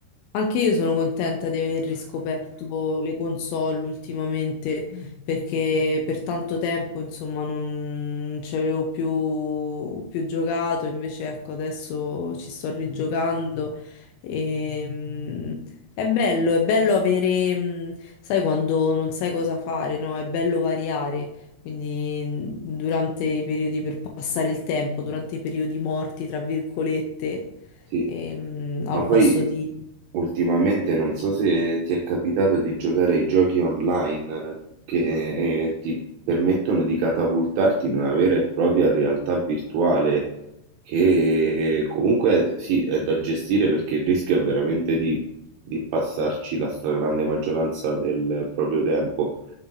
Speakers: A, on the left; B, on the right.
A: Anche io sono contenta di aver riscoperto le console ultimamente perché per tanto tempo insomma non ci avevo più, più giocato, invece ecco adesso ci sto rigiocando e mm, è bello, è bello avere, mm, sai quando non sai cosa fare, no? È bello variare, quindi mm, durante
B: Sì,
A: i periodi per passare il tempo, durante i periodi morti, tra virgolette
B: sì.
A: ehm, al
B: ma poi
A: posto di
B: Ultimamente non so se ti è capitato di giocare ai giochi online eh, che eh, ti permettono di catapultarti in una vera e propria realtà virtuale che eh, comunque sì, è da gestire perché il rischio è veramente di, di passarci la stragrande maggioranza del proprio tempo,